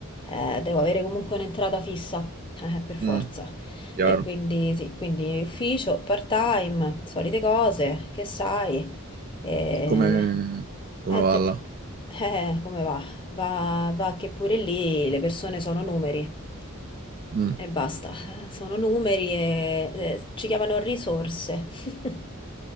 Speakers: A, on the left; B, on the right.
A: eh, devo avere comunque un'entrata fissa, <laughs> eh, per forza.
B: Mm. Mm. Chiaro.
A: E quindi sì, quindi ufficio, part-time, solite cose, che sai. E...
B: Come, come
A: eh,
B: va
A: te-
B: là?
A: <laughs> eh, come va? Va, va che pure lì le persone sono numeri
B: Mm.
A: e basta eh, sono numeri e eh, ci chiamano risorse. <laughs>